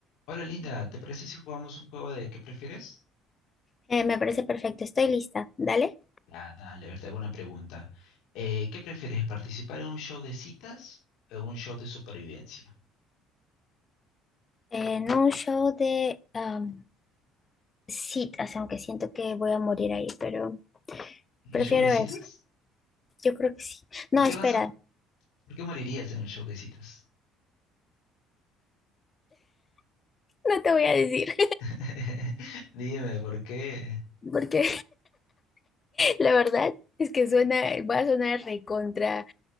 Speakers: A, on the left; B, on the left.
A: Hola Linda, ¿te parece si jugamos un juego de qué prefieres?
B: Eh, me parece perfecto, estoy lista. Dale.
A: Ah, dale, a ver, te hago una pregunta. Eh, ¿qué prefieres, participar en un show de citas o en un show de supervivencia?
B: En un show de am, citas, aunque siento que voy a morir ahí, pero
A: ¿El
B: prefiero
A: show de citas?
B: eso. Yo creo que sí.
A: ¿Por
B: No,
A: qué
B: espera,
A: vas a, por qué morirías en el show de citas?
B: no te voy a decir,
A: <laughs> Dime, ¿por qué?
B: <laughs> porque la verdad es que suena, va a sonar recontra,